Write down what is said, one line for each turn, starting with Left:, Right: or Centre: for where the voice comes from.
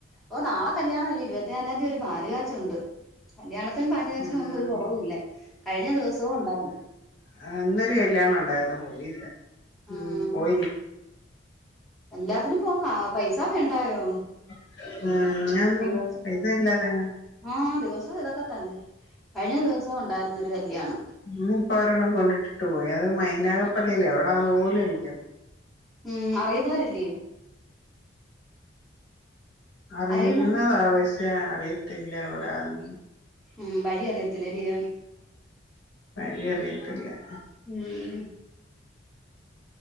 Centre: ഓ നാളെ കല്യാണവല്ലേ ഇരുപത്തിനാലാന്തി ഒര് പാല് കാച്ചുണ്ട് കല്യാണത്തിനും പാല് കാച്ചിനും
Left: ഉം
Centre: ഒന്നും ഒരു കൊറവൂല്ല കഴിഞ്ഞ ദിവസോം ഒണ്ടാര്ന്നു
Left: ആഹ് ഇന്നൊര് കല്യാണവൊണ്ടാര്ന്നു പോയില്ല
Centre: ആഹ്
Left: ഉം പോയില്ല
Centre: എല്ലാത്തിനും പോ കാ പൈസാ വേണ്ടായോ
Left: ഉം <unintelligible>
Centre: ദിവസം
Left: പൈസാ ഇല്ലാതെങ്ങനെ
Centre: ആഹ് ദിവസവും ഇതൊക്കെ തന്നെ കഴിഞ്ഞ ദിവസവും ഉണ്ടായിരുന്നൊര് കല്യാണം
Left: ഇന്നിപ്പ ഒരെണ്ണം കൊണ്ടിട്ടിട്ട് പോയി അത് മൈനാഗപ്പള്ളീലോ എവിടാന്ന് പോലും എനിക്ക
Centre: ഉം അറിയുന്നവരല്ലിയോ?
Left: അറിയുന്നതാ
Centre: അറിയുന്ന
Left: പക്ഷെ അറിയത്തില്ല എവിടെയാന്ന്
Centre: ഉം വഴിയറിയത്തില്ലല്ലിയോ
Left: വഴിയറിയത്തില്ല
Centre: ഉം